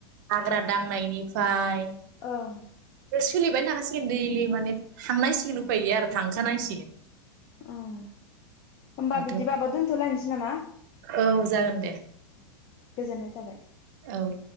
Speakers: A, on the right; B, on the left.
A: हाग्रा दांनायनिफ्राय
B: औ
A: सोलिबाय थाखासिगोन दैलि माने थांनांसिगोन उफाय गैया आरो थांखानांसिगोन
B: औ होमबा
A: दाथ'
B: बिदिबाबो दोनथ'लायनोसै नामा दे
A: औ जागोन
B: गोजोननाय थाबाय
A: औ